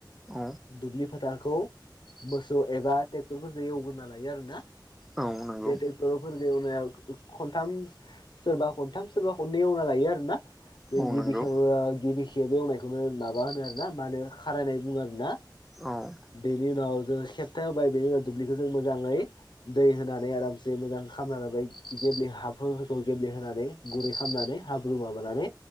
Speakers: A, in the centre; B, on the left.
A: औ
B: दुब्लि फोथारखौ मोसौ एबा ट्रेक्टरफोरजों एवगोरना लायो आरोना
A: औ नंगौ
B: बे ट्रेक्टर फोर जों एवनायाव खनथाम सोरबा खनथाम सोरबा खननै एवना लायो आरोना बे
A: औ
B: गिबि
A: नंगौ
B: खेव गिबि खेब एवनायखौनो माबा होनो आरो ना मा होनो खारायनाय बुङो आरो ना
A: औ
B: बेनि उनाव जोङो खेबथा होबाय बेनि उनाव दुब्लिखौ जों मोजाङै दै होनानै आरामसे मोजां खालामना लाबाय गेब्ले हाफोरखौ गेब्लेहोनानै गुरै खालामनानै हाब्रु माबानानै